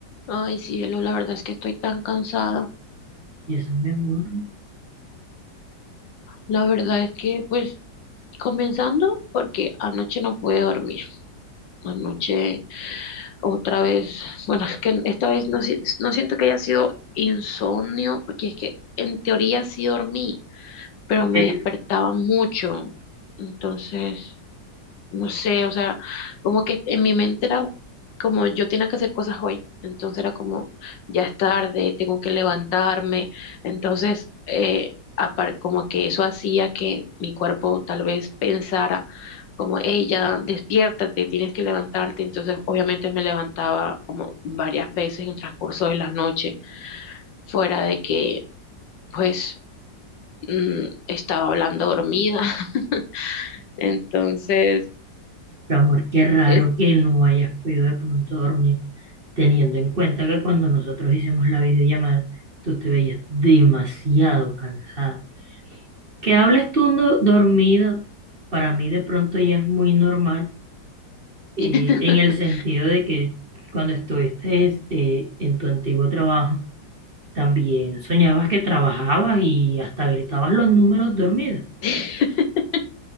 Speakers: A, on the left; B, on the right.
A: Ay, sí, Elo, la verdad es que estoy tan cansada.
B: Y eso, mi amor,
A: La verdad es que, pues, comenzando porque anoche no pude dormir. Anoche otra vez, bueno, es que esta vez no, si- no siento que haya sido insomnio, porque es que en teoría sí dormí, pero me
B: eh,
A: despertaba mucho. Entonces, no sé, o sea, como que en mi mente era como yo tenía que hacer cosas hoy, entonces era como ya es tarde, tengo que levantarme, entonces eh, apar- como que eso hacía que mi cuerpo tal vez pensara como, hey, ya despiértate, tienes que levantarte, entonces obviamente me levantaba como varias veces en el transcurso de la noche, fuera de que pues mm, estaba hablando dormida, <laughs> entonces...
B: mi amor, qué raro
A: Es...
B: que no hayas podido de pronto dormir, teniendo en cuenta que cuando nosotros hicimos la videollamada, tú te veías demasiado cansada. Que hables tú no- dormida, para mí de pronto ya es muy normal, eh,
A: <laughs>
B: en el sentido de que cuando estuviste eh, en tu antiguo trabajo, también soñabas que trabajabas y hasta gritabas los números dormidos.
A: <laughs>